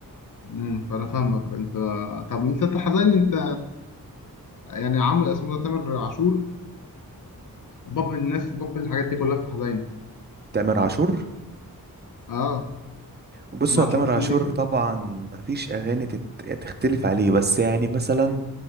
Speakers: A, on the left; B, on the right.
A: امم فأنا فاهمك أنت طب أنت الحزين أنت يعني عامل اسمه ده تامر عاشور باب الناس باب الحاجات دي كلها في الحزين
B: تامر عاشور
A: اه
B: بص
A: ام
B: هو
A: عاشور
B: تامر
A: شيرين
B: عاشور
A: ليكلي
B: طبعا مفيش اغاني تت... تختلف عليه بس يعني مثلا